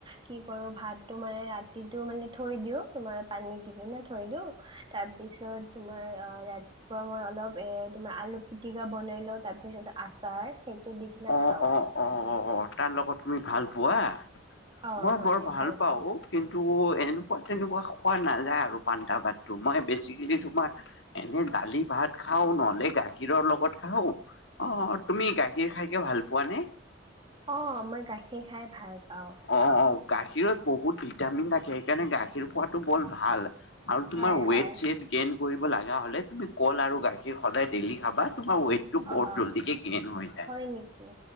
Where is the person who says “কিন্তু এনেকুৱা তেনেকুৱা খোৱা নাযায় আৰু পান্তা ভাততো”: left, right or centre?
Left